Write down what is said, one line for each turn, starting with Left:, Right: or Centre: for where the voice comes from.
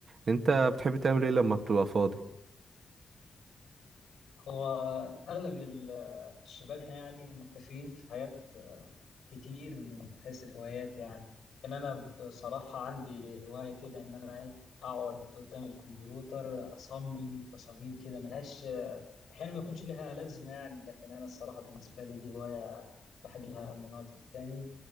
Right: انت بتحب تعمل ايه لما بتبقى فاضي
Left: هو أغلب ال- الشباب هنا يعني متفقين في حاجات آه، كتير من حيث الهوايات يعني كان أنا بصراحة عندي هواية كده إن أنا إيه أقعد قدام الكمبيوتر أصمم تصاميم كده ملهاش آه، أحيانا ما يكونش لها لازمة يعني لكن أنا الصراحة بالنسبة لي دي هواية بحب لها من وقت للتاني